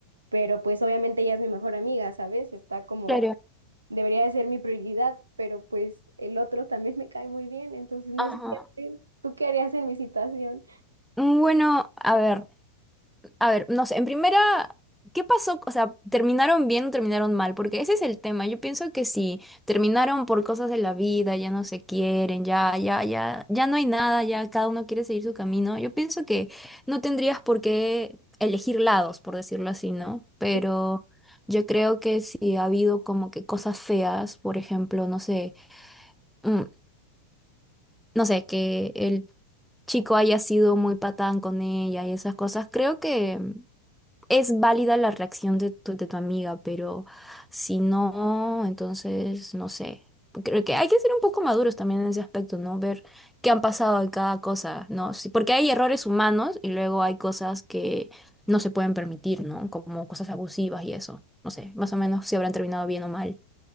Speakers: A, on the right; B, in the centre.
A: pero pues obviamente ella es mi mejor amiga, ¿sabes? Está como,
B: claro.
A: debería de ser mi prioridad, pero pues el otro también me cae muy bien, entonces no
B: Ajá.
A: sé qué hacer. ¿Tú qué harías en mi situación?
B: Bueno, a ver. A ver, no sé, en primera, ¿qué pasó? O sea, ¿terminaron bien o terminaron mal? Porque ese es el tema. Yo pienso que si terminaron por cosas de la vida, ya no se quieren, ya, ya, ya, ya no hay nada, ya cada uno quiere seguir su camino. Yo pienso que no tendrías por qué elegir lados, por decirlo así, ¿no? Pero
A: Sí,
B: yo creo que si ha habido como que cosas feas, por ejemplo, no sé, mm, no sé, que el chico haya sido muy patán con ella y esas cosas, creo que es válida la reacción de tu, de tu amiga, pero si no, entonces no sé. Creo que hay que ser un poco maduros también en ese aspecto, ¿no? Ver qué han pasado en cada cosa, ¿no? Sí, porque hay errores humanos y luego hay cosas que no se pueden permitir, ¿no? Como cosas abusivas y eso. No sé, más o menos si habrán terminado bien o mal.